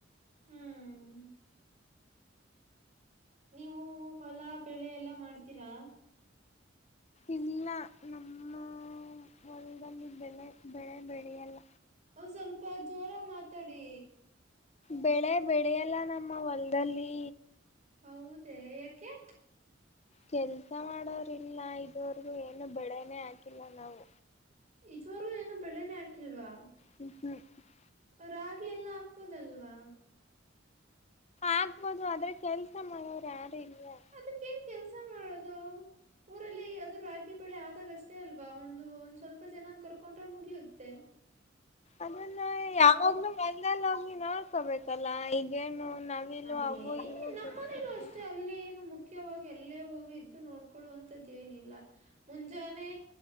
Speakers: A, on the right (about 40°); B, on the left (about 35°).
A: ಹ್ಮ್ ನೀವು ಹೊಲ ಬೆಳೆ ಎಲ್ಲ ಮಾಡ್ತೀರಾ
B: ಇಲ್ಲ ನಮ್ಮ ಹೊಲದಲ್ಲಿ ಬೆಳೆ ಬೆಳೆ ಬೆಳೆಯಲ್ಲ
A: ಒಂದ್ ಸ್ವಲ್ಪ ಜೋರ ಮಾತಾಡಿ
B: ಬೆಳೆ ಬೆಳ ಎಲ್ಲ ನಮ್ಮ ಹೊಲದಲ್ಲಿ
A: ಹೌದ ಯಏಕೆ
B: ಕೆಲ್ಸ ಮಾಡೋರ್ಲ್ಲ ಇದೋರ್ಗ ಏನು ಬೆಳನೆೇ ಹಾಕಿಲ್ಲ ನಾವು
A: ಇದುವರೆಗೂ ಏನು ಬೆಳೆನೇ ಹಾಕಿಲ್ವಾ
B: ಹ್ಮ <inaudible>
A: ರಾಗಿ ಎಲ್ಲಾ ಹಾಕ್ಬೋದಲ್ವಾ
B: ಆಗ್ಬೋದು ಆದ್ರೆ ಕೆಲ್ಸ ಮಾಡೋರು ಯಾರು ಇಲ್ವಾ
A: ಅದಕ್ಕ ಏನ್ ಕೆಲ್ಸ ಮಾಡೋದು ಊರಲ್ಲಿ ಅದ್ರ ರಾಗಿ ಬೆಳೆ ಆದಾಗ ಅಷ್ಟೇ ಅಲ್ವಾ ಒಂದು ಒಂದ್ ಸ್ವಲ್ಪ ಜನನ್ ಕರ್ಕೊಂಡ್ರೆ ಮುಗಿಯುತ್ತೆ ಹ <inaudible>
B: ಅದನ್ನ ಯಾವಾಗ್್ರೂ ಮೊದ ಹೋಗಿ ನೋಡ್ಕೋಬೇಕಲ್ಲಾ ಈಗೇನು ನವಿಲು
A: ಅದೇ
B: ಅವು ಇವು
A: ನಮ್ಮ್
B: ಬರ್ತಿರ್ತ
A: ಮನೇಲೂ ಅಷ್ಟೆ ಅಲ್ಲಿ ನು ಮುಖ್ಯವಾಗಿ ಅಲ್ಲೇ ಹೋಗಿ ಇದ್ದು ನೋಡ್ಕೊೊಳ್ಳುವಂತದ್ದ ಏನಿಲ್ಲ ಮುಂಜಾನೆ